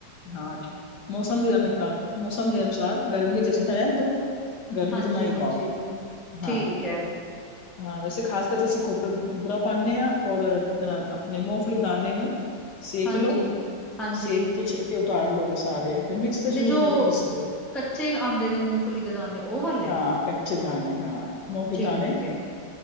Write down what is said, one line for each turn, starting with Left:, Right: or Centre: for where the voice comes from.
Left: ਹਾਂ, ਮੌਸਮ ਦੇ ਅਨੁਕ ਮੌਸਮ ਦੇ ਅਨੁਸਾਰ ਗਰਮੀ ਚ ਅਸੀ ਤਾ ਰੈਨ ਦੋ। ਗਰਮੀ
Centre: ਹਾਂਜੀ,
Left: ਚ ਨਾ ਈ
Centre: ਹਾਂਜੀ।
Left: ਪਾਓ, ਹਾਂ।
Centre: ਠੀਕ ਐ,
Left: ਹਾਂ ਵੈਸੇ ਖਾਸ ਕਰ ਤੇ ਅਸੀ ਖੋਪਰੇ ਬੂਰਾ ਪਾਨੇ ਆਂ ਔਰ ਅ ਅਪਨੇ ਮੂੰਫਲੀ ਦਾਨੇ ਨੂੰ ਸੇਕ
Centre: ਹਾਂਜੀ,
Left: ਲੋੋ,
Centre: ਹਾਂਜੀ
Left: ਸੇਕ ਕੇ ਛਿਲਕੇ ਉਤਾਰ ਲੋ ਸਾਰੇ, ਫਿਰ ਮਿਕਸਚਰ
Centre: ਤੇ ਜੋ
Left: ਥੋੜਾ ਪੀਸ ਲੋ।
Centre: ਕੱਚੇ ਆਉਂਦੇ ਨੇ ਮੂੰਗਫਲੀ ਦੇ ਦਾਣੇ, ਉਹ ਵਾਲੇ।
Left: ਹਾਂ ਕੱਚੇ ਦਾਣੇ ਹਾਂ, ਮੂੰਗਫਲੀ
Centre: ਠੀਕ
Left: ਦੇ ਦਾਣੇ।
Centre: ਐ,